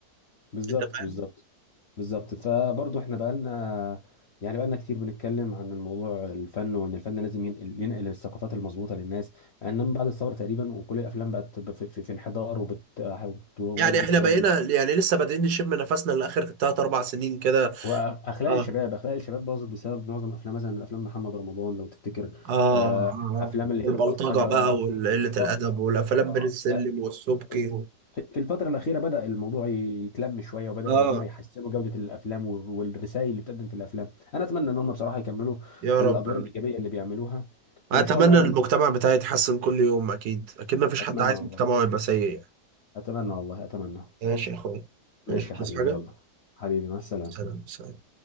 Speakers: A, on the left (about 60°); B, on the right (about 70°).
A: بالظبط
B: انت فاهم
A: بالظبط بالظبط فبرضه احنا بقالنا يعني بقالنا كتير بنتكلم عن الموضوع الفن وان الفن لازم ينقل ينقل الثقافات المظبوطه للناس انما بعد الثوره تقريبا وكل الافلام بقت ب- في, في, في انحدار وبتودي
B: يعني احنا
A: الشباب
B: بقينا يعني لسه بادئين نشم نفسنا لاخر تلات اربع سنين كده
A: واخلاق
B: اه
A: الشباب اخلاق الشباب باظت بسبب معظم افلام مثلا افلام محمد رمضان لو تفتكر
B: اه
A: آه،
B: اه
A: افلام اللي
B: والبلطجة
A: هي البلطجه
B: بقى وقلة
A: بالظبط
B: الادب والافلام
A: آه،
B: بين السلم
A: آه،
B: والسبكي
A: في
B: و...
A: في الفتره الاخيره بدا الموضوع يتلم شويه وبدا
B: اه
A: ان هم يحسنوا جوده الافلام وال- والرسائل اللي بتقدم في الافلام انا اتمنى ان هم بصراحه يكملوا
B: يا
A: في
B: رب
A: الادوار الايجابيه اللي بيعملوها وان
B: اتمنى
A: شاء الله يعني
B: المجتمع بتاعي يتحسن كل يوم اكيد اكيد ما فيش
A: اتمنى
B: حد عايز
A: والله
B: مجتمعه يبقى سيء يعني
A: اتمنى والله اتمنى
B: ماشي يا اخويا
A: ماشي
B: ماشي تصحى
A: يا حبيبي
B: حاجه
A: يلا حبيبي مع السلامه
B: سلام سلام